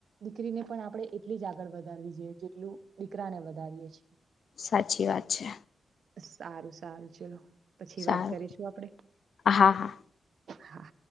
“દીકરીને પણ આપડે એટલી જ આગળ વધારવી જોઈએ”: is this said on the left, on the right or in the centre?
Right